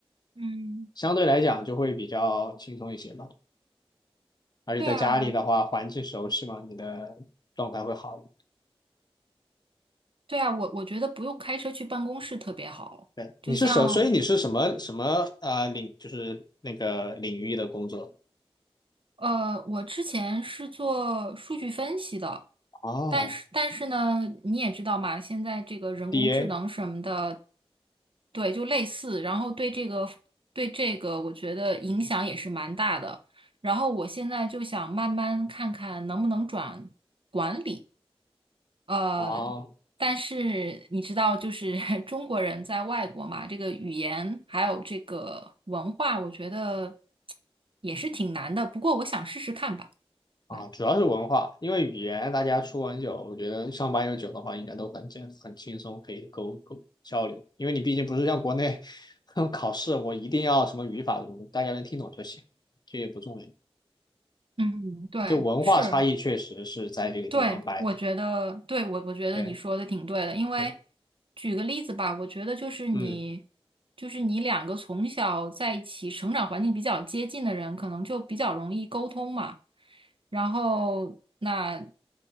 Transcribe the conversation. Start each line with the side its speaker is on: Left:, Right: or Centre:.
Right: 嗯，
Left: 相对来讲就会比较轻松一些吧。而且在家里的话，
Right: 对啊，
Left: 环境熟悉嘛，你的状态会好一点。
Right: 对啊，我我觉得不用开车去办公室特别好。
Left: 对，
Right: 就像，
Left: 你是什，所以你是什么什么啊、呃领，就是那个领域的工作
Right: 呃，我之前是做数据分析的，
Left: 啊
Right: 但是但是呢，你也知道嘛，现在这个人工智能什么的，
Left: ，DA
Right: 对，就类似，然后对这个对这个，我觉得影响也是蛮大的。然后我现在就想慢慢看看能不能转管理。呃，
Left: 啊，
Right: 但是你知道，就是 <laughs> 中国人在外国嘛，这个语言还有这个文化，我觉得也是挺难的。不过我想试试看吧。
Left: 啊，
Right: 对，
Left: 主要是文化，因为语言大家出完酒，我觉得上八有九的话，应该都很轻很轻松，可以沟沟交流，因为你毕竟不是像国内 <laughs> 考试，我一定要什么语法什么的，大家能听懂就行，这也不重要。
Right: 嗯，对，
Left: 就文化差异确实是在这个地方摆的，
Right: 是。对，我觉得，对，我我觉得你说的挺对的，
Left: 对
Right: 因为
Left: 对，
Right: 举个例子吧，我觉得就是你，
Left: 嗯
Right: 就是你两个从小在一起成长环境比较接近的人，可能就比较容易沟通嘛。然后，那